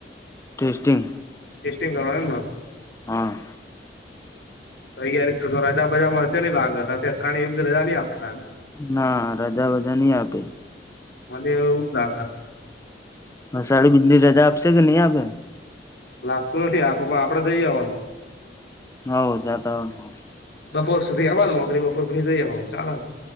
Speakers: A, on the left (about 15°); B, on the left (about 75°).
A: ટેસ્ટિંગ
B: ટેસ્ટિંગ કરવા એમ.
A: હા.
B: તૈયાર શું કરવાના છો? રજા-બજા મળશે નહિં લાગ ને? શેઠાણી રજા નહીં આપે.
A: ના રજા બધા નહીં આપે.
B: મને એવું જ લાગે.
A: અષાઢી બીજની રજા આપશે કે નહીં આપે.
B: લાગતું નથી આપે, પણ આપડે જઈ આવવાનું.
A: હા, જતા આવજો.
B: બપોર સુધી આવવાનું, નોકરી બપોર પછી જઈ આવવાનું ચાલે.